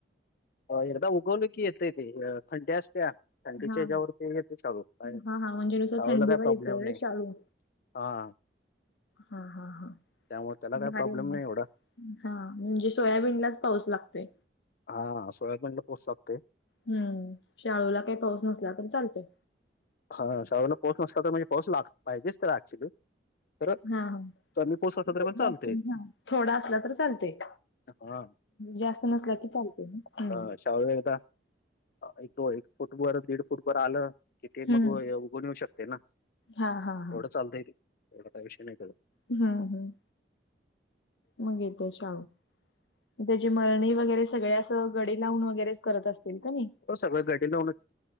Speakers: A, on the left; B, on the left.
A: हो एकदा उगवलं की येतंय ते फांटी असत्या. थंडीच्या
B: हा
A: हेच्यावरती येतं शाळू काय, शाळूला
B: हा हा म्हणजे नुसतं थंडीवर
A: काय प्रॉब्लेम
B: येतोय व्हय
A: नाही.
B: शाळू?
A: हा.
B: हा हा हा
A: त्यामुळे त्याला काही
B: भारीय
A: प्रॉब्लेम
B: मग.
A: नाही एवढा
B: हा म्हणजे सोयाबीनलाच पाऊस लागतोय?
A: हा सोयाबीनला पाऊस लागतोय.
B: हम्म शाळूला काय पाऊस नसला तरी चालते.
A: हा शाळूला पाऊस नसला तर म्हणजे पाऊस लाग पाहिजेच त्याला ऍक्च्युली. तर
B: हा
A: कमी पाऊस असला
B: हा <unintelligible>
A: तरी पण चालतय
B: थोडा असला तर चालते?
A: हा.
B: जास्त नसला की चालते हम्म.
A: हा शाळू एकदा एक तो एक फुटवर दीड फुटवर आलं कि ते
B: हम्म
A: मग उगवून येऊ शकते ना,
B: हा हा हा
A: एवढं चालतंय ते एवढा काही विषय नाही त्याचा.
B: हम्म हम्म. मग येते शाळू. मग त्याची मळणी वगैरे सगळे असं गडी लावून वगैरे करत असतील क नी?
A: हो सगळं गडी लावूनच